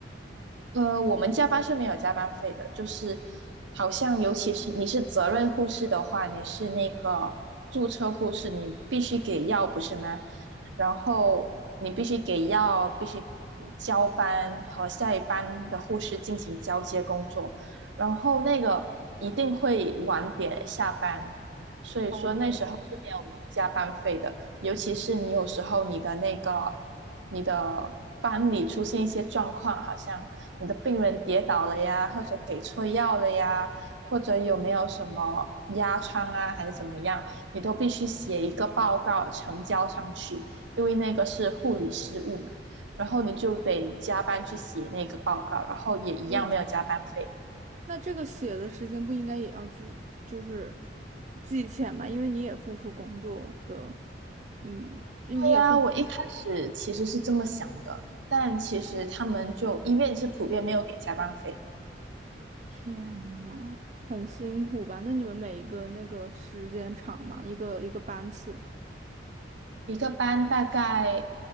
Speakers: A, on the right; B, on the right.
A: 呃，我们加班是没有加班费的，就是好像尤其是你是责任护士的话，你是那个注册护士，你必须给药，不是吗？然后你必须给药，必须嗯交班和下一班的护士进行交接工作，然后那个一定会晚点下班，所以说那时候是没有加班费的。
B: 哦，
A: 尤其是你有时候你的那个你的班里出现一些状况，好像你的病人跌倒了呀，或者给错药了呀，或者有没有什么压疮啊，还是怎么样，你都必须写一个报告呈交上去，因为那个是护理失误嘛。然后你就得加班去写那个报告，然后也一样没有加班费。
B: 所以那这个写的时间不应该也要记，就是记钱吧，因为你也付出工作的，嗯，就你也付出。
A: 对呀，我一开始其实是这么想的，但其实他们就医院是普遍没有给加班费
B: 天呐，很辛苦吧？那你们每一个那个时间长嘛，一个一个班次。
A: 一个班大概